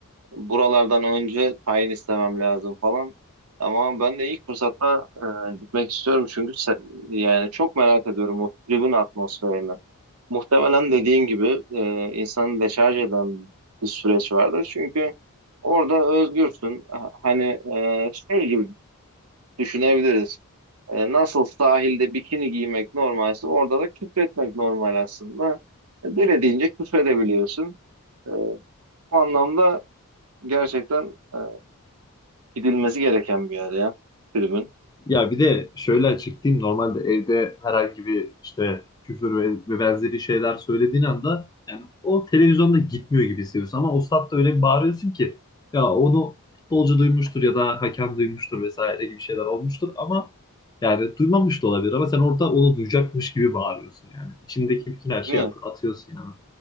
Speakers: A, on the right; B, on the left.
A: Buralardan önce tayin istemem lazım falan. Ama ben de ilk fırsatta e, gitmek istiyorum çünkü se- yani çok merak ediyorum o tribün atmosferini. Muhtemelen dediğin gibi e, insanı deşarj eden bir süreç vardır. Çünkü orada özgürsün. Ha- Hani e, şey gibi düşünebiliriz. E, nasıl sahilde bikini giymek normalse orada da küfretmek normal aslında. E, dilediğince küfredebiliyorsun. E, o anlamda gerçekten e, gidilmesi gereken bir yer ya tribün.
B: Ya bir de şöyle açıklayayım. Normalde evde herhangi bir işte küfür ve, ve benzeri şeyler söylediğin anda yani o televizyonda gitmiyor gibi hissediyorsun ama o statta öyle bir bağırıyorsun ki ya onu futbolcu duymuştur ya da hakem duymuştur vesaire gibi şeyler olmuştur ama yani duymamış da olabilir ama sen orada onu duyacakmış gibi bağırıyorsun yani. İçindeki bütün her şeyi
A: Değil
B: at-
A: mi?
B: atıyorsun yani.